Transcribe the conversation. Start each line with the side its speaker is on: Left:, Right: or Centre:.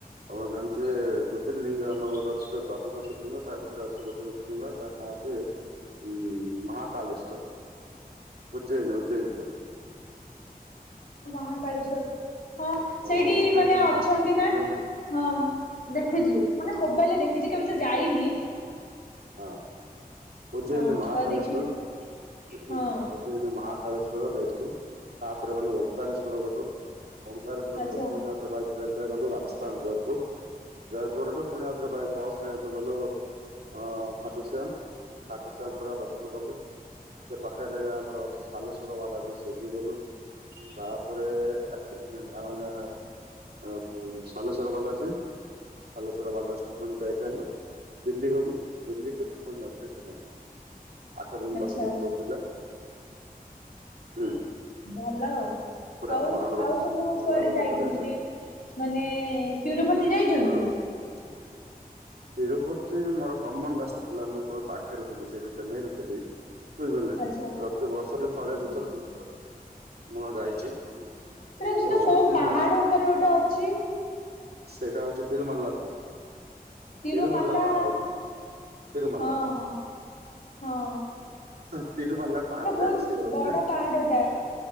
Right: ଆମର ଜାଣିଥବେ ଜ୍ୟୋତିର୍ଲିଙ୍ଗ ଆମର ଗୋଟେ ଅଛି ଦଦାତ ଜ୍ୟୋତିର୍ଲିଙ୍ଗ ତା ଭିତରେ ଅଛି ଗୋଟେ ଜ୍ୟୋତିର୍ଲିଙ୍ଗ ତା ନାଁ ଯେ ଉଁ ମହାକାଲେଶ୍ଵର ଉଜ୍ଜୟନ୍ ଉଜ୍ଜୟନ ଯୋ
Left: ମହାକାଳେଶ୍ଵର ହଁ
Right: ହଁ
Left: ସେଇଠି
Right: ଉଜ୍ଜୟିନୀ
Left: ମାନେ ଅଛନ୍ତି
Right: ମହା ଉଜ୍ଜୟିନୀ
Left: ନା? ହଁ ଦେଖିଛି ମାନେ ମୋବାଇଲରେ ଦେଖିଛି କେବେ ତ
Right: ହୁଁ
Left: ଯାଇନି
Right: ହଁ ଉଜ୍ଜୟନି
Left: ହଁ
Right: ମହାକାଳେଶ୍ଵର
Left: ତ ଦେଖିଛି
Right: ହୁଁ ହୁଁ
Left: ହଁ
Right: ଉ ଉଜ୍ଜୟିନୀ ମହାକାଳେଶ୍ୱର ଯାଇଥିଲୁ ତାପରେ ଗଲୁ ଓମ୍କାରେଶ୍ଵର ଗଲୁ। ଓଙ୍କାରେଶ୍ଵରଠୁ
Left: ଆଚ୍ଛା
Right: ପୁଣି ଆଉଥରେ ବାଏ ଟ୍ରେନ ରେ ଗଲୁ ରାଜସ୍ଥାନ ଜୟପୁର। ଜୟପୁର ଠୁ ପୁଣି ଆଉଥରେ ବାଏ ବସ୍ ରେ ଆମେ ଗଲୁ ଅ ଖାଟୁସ୍ୟାମ। ଖାଟୁସ୍ୟାମ ପରେ ଆଉ ଦର୍ଶନ କଲୁ। ସେ ପାଖରେ ଆମର ଅଛି ସାଲେଶ୍ୱର ବାଲା ଜି ସେଇଠି ଗଲୁ। ତାପରେ ହେ‌ଁ ଆମର ଆଉ ସାଲେଶ୍ଵର ବାଲାଜୀ ସଲେଶ୍ୱର ବାଲାଜୀ ଠୁ ପୁଣି ବେକ୍ ଗଲୁ ଦିଲ୍ଲୀ ଗଲୁ ଦିଲ୍ଲୀ ଠୁ ପୁଣି ଯାଜ <unintelligible> ଆଠ ଦିନି
Left: ଆଚ୍ଛା।
Right: ଦଶ ଦିନ ଟୁର୍ ଥିଲା ହୁଁ।
Left: ଭଲ ଆଉ
Right: ପୁରା
Left: ଆଉ
Right: ଭଲ ଭାବରେ
Left: ଆଉ
Right: ବୁଝ
Left: ସବୁ
Right: ବୁଲାବୁଲି
Left: କୁଆଡେ ଯାଇଛନ୍ତି?
Right: କରି ଆସିଲୁ
Left: ମାନେ ତିରୁପତି ଯାଇଛନ୍ତି?
Right: ଆ ତିରୁପତି ମୋର କମନ୍ ରାସ୍ତା ଥିଲା ମୁଁ ଯେତେବେଳେ ପାଖରେ ଥିଲି ସେଇ ଯଉ ଚେନ୍ନାଇରୁ ଥିଲି ବୁଝିପାରିଲେ
Left: ଆଚ୍ଛା
Right: ପ୍ର ତୁ ବର୍ଷ ରେ ଥରେ ଦୁଇଥର ତିନିଥର ମୁଁ ଯାଇଛି।
Left: ସେଟ ସେଟା
Right: ବର୍ଷକୁ
Left: କୋଉ
Right: ତିନି
Left: ପାହାଡ
Right: ଚାରି
Left: ଉପରେ ଗୋଟେ ଅଛି?
Right: ସେଇଟା ହଉଛି ତିରୁମାଲ୍ଲା ପୁ
Left: ତିରୁମାଲା
Right: ତିରୁମାଲ୍ଲା ପାହାଡ ତିରୁମାଲା।
Left: ହଁ ହଁ ହଁ
Right: ତିରୁମାଲା ପାହାଡରେ
Left: ସେଟା ବହୁତ
Right: ସେ ହଉଛି
Left: ବଡ ପାହାଡଟା।